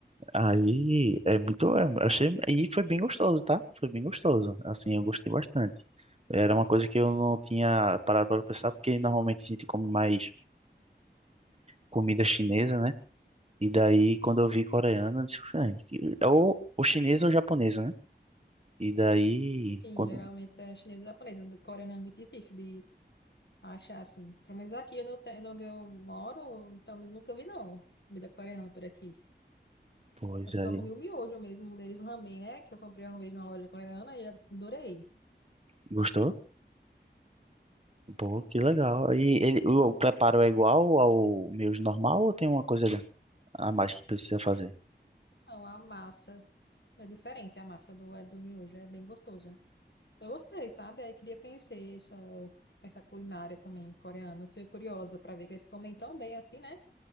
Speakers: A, on the right; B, on the left.
A: Aí é muito. é, achei, e foi bem gostoso, tá? Foi bem gostoso. Assim, eu gostei bastante. Era uma coisa que eu não tinha parado para pensar, porque normalmente a gente come mais comida chinesa, né? E daí, quando eu vi coreano, eu disse, "Ah, que- é ou, ou chinesa ou japonesa, né? E daí,
B: enfim,
A: quando,
B: geralmente é chinesa e japonesa, do coreano é muito difícil de achar, assim. Pelo menos aqui onde eu, te- onde eu moro, pelo menos nunca vi, não, comida coreana por aqui.
A: pois
B: Eu
A: aí,
B: só comi o miojo mesmo, um deles, o ramen, né? Que eu comprei uma vez numa loja coreana e adorei.
A: gostou? Pô, que legal. E ele, o, o preparo é igual ao meu normal ou tem uma coisa a mais que precisa fazer?
B: Então, a massa é diferente, a massa do, é do miojo é bem gostoso. Eu gostei, sabe? Aí queria conhecer essa, essa culinária também coreana. Eu fiquei curiosa para ver que eles comem tão bem assim, né?